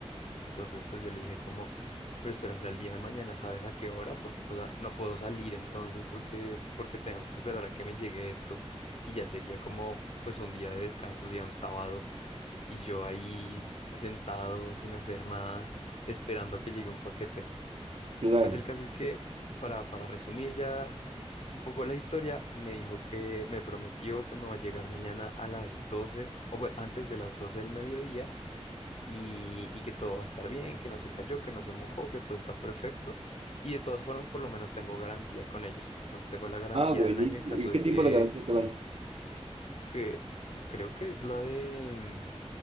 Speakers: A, on the left; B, on the right.
A: Entonces, pues yo le dije como, pero espera, hasta el día de mañana, ¿sabes a qué hora? Porque pues a- no puedo salir entonces porque, porque tengo que esperar a que me llegue esto y ya sería como pues un día de descanso, sería un sábado y yo ahí sentado sin hacer nada, esperando a que llegue un paquete.
B: claro.
A: Pues el caso es que, para, para resumir ya un poco la historia, me dijo que me prometió que me va a llegar mañana a las doce o bueno, antes de las 12 del mediodía y, y que todo va a estar bien, que no se cayó, que no se mojó, que todo está perfecto. Y de todas formas, por lo menos tengo garantía con ellos. Entonces tengo la garantía
B: Ah, buenísimo.
A: de un año en caso
B: ¿Y
A: de
B: qué tipo
A: que,
B: de garantía te dan?
A: que creo que es la de mm,